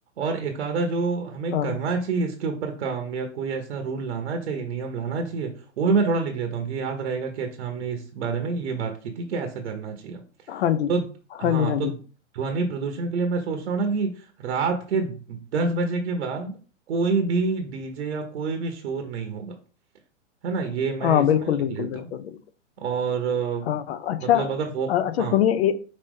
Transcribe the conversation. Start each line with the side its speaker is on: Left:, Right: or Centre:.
Right: और एक आधा जो हमें
Left: हाँ
Right: करना चाहिए इसके ऊपर काम या कोई ऐसा रूल लाना चाहिए नियम लाना चाहिए वो भी मैं थोड़ा लिख लेता हूँ कि याद रहेगा कि अच्छा हमने इस बारे में ये बात की थी कि ऐसा करना चाहिए
Left: हाँ जी
Right: तो हाँ
Left: हाँ जी हाँ
Right: तो
Left: जी
Right: ध्वनि प्रदूषण के लिए मैं सोचता हूँ ना कि रात के दस बजे के बाद कोई भी डीजे या कोई भी शोर नहीं होगा है ना ये मैं
Left: हाँ
Right: इसमें
Left: बिल्कुल
Right: लिख
Left: बिल्कुल
Right: लेता
Left: बिल्कुल
Right: हूँ
Left: बिल्कुल
Right: और
Left: हाँ
Right: अ,
Left: हाँ, अच्छा
Right: मतलब अगर हो
Left: अ- अच्छा
Right: हाँ
Left: सुनिए ए,